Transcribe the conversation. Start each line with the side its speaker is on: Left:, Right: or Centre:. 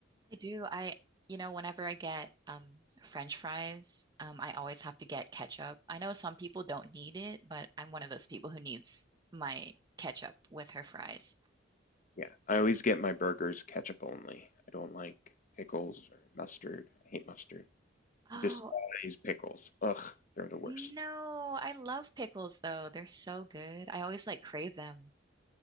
Right: I do. I you know, whenever I get um French fries, um, I always have to get ketchup. I know some people don't need it, but I'm one of those people who needs my ketchup with her fries.
Left: Yeah. I always get my burgers ketchup only. I don't like pickles or mustard. I hate mustard.
Right: Oh,
Left: I despise pickles. Ugh, they're the worst.
Right: no, I love pickles though. They're so good. I always like crave them.